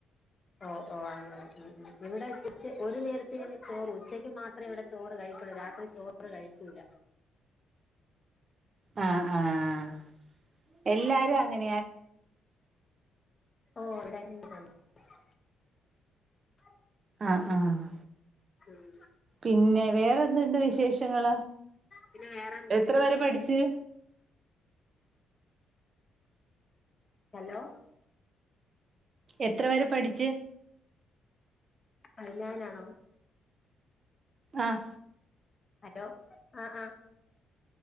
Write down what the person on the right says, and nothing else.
ആഹ ആഹ എല്ലാരും അങ്ങന
ആഹ ആഹ
പിന്നെ വേറെന്തുണ്ട് വിശേഷങ്ങൾ
എത്ര
വെരെ പഠിിച്ചു
എത്ര പേര് പഠിച്ച്
ആഹ